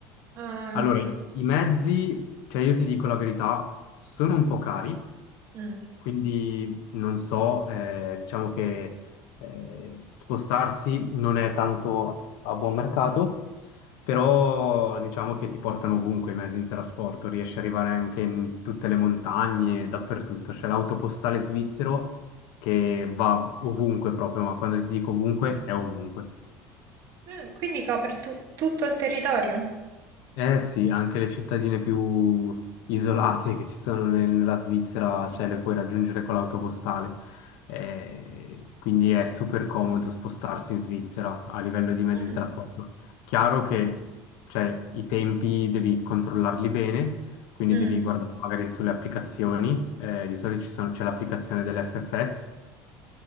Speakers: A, on the right (about 50°); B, on the left (about 70°).
A: ehm,
B: allora, i mezzi, cioè io ti dico la verità, sono un po' cari,
A: mm,
B: quindi non so, eh, diciamo che eh, spostarsi non è tanto a buon mercato, però diciamo che ti portano ovunque i mezzi di trasporto, riesci ad arrivare anche in tutte le montagne, dappertutto, c'è l'autopostale svizzero che va ovunque proprio, ma quando ti dico ovunque è ovunque.
A: Mm, quindi copre tu- tutto il territorio?
B: Eh sì, anche le cittadine più isolate che ci sono nel- nella Svizzera, cioè le puoi raggiungere con l'autopostale. Eh, quindi è super comodo spostarsi in Svizzera a livello di mezzi
A: Mm.
B: di trasporto. Chiaro che cioè, i tempi devi controllarli bene, quindi
A: Mm,
B: devi guardare magari sulle applicazioni. Eh, di solito ci sono- c'è l'applicazione dell'FFS,